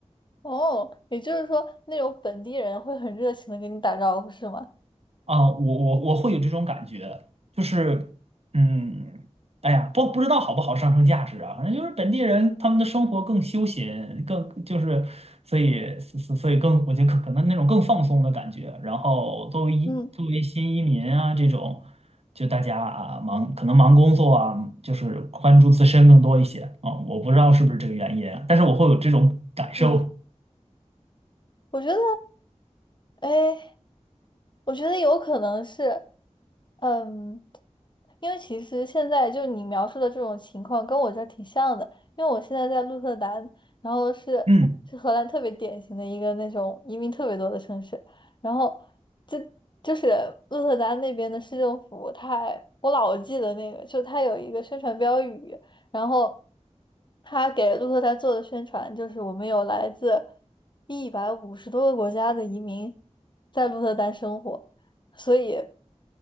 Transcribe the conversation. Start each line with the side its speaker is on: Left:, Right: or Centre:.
Left: 哦，也就是说，那种本地人会很热情的跟你打招呼，是吗？
Right: 啊，我我我会有这种感觉，就是，嗯，哎呀，不不知道好不好上升价值啊，反正就是本地人他们的生活更休闲，更就是，所以所所以更，我觉得可可能那种更放松的感觉。然后作为一作为新移民啊这种，
Left: 嗯
Right: 就大家啊忙可能忙工作啊，就是关注自身更多一些啊，我不知道是不是这个原因啊，但是我会有这种感受。
Left: 嗯我觉得，哎，我觉得有可能是，嗯，因为其实现在就你描述的这种情况跟我这儿挺像的，因为我现在在鹿特丹，然后是是荷兰特别典型的一个那种移民特别多的城市，
Right: 嗯，
Left: 然后就就是鹿特丹那边的市政府，它还我老记得那个，就它有一个宣传标语，然后它给鹿特丹做的宣传就是我们有来自一百五十多个国家的移民在鹿特丹生活，所以。